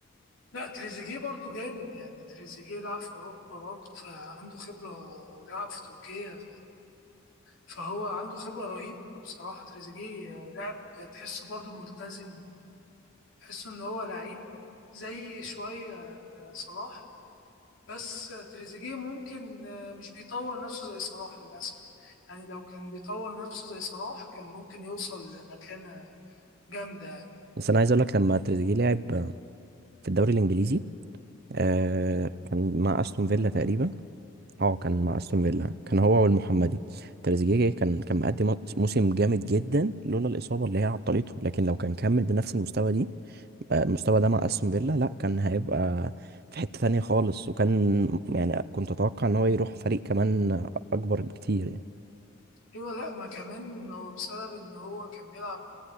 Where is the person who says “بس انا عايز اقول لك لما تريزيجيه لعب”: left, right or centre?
Right